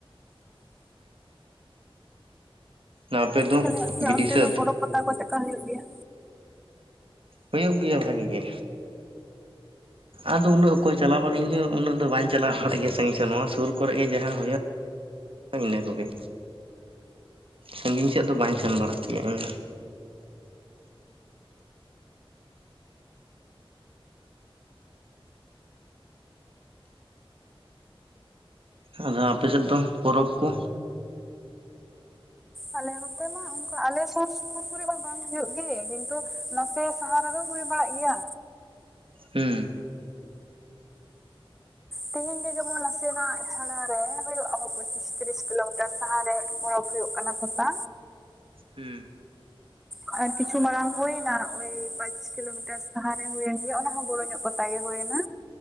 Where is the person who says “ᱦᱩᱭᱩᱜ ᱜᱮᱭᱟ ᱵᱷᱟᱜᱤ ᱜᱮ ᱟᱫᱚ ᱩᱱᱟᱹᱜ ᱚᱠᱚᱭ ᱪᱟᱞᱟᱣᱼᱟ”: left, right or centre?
Right